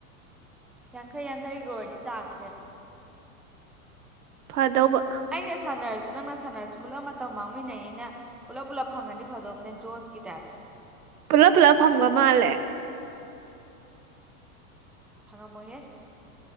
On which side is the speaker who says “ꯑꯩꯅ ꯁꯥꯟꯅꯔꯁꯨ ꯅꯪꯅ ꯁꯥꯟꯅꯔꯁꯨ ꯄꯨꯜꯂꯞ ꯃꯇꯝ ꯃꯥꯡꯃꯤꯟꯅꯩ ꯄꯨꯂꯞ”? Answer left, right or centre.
Centre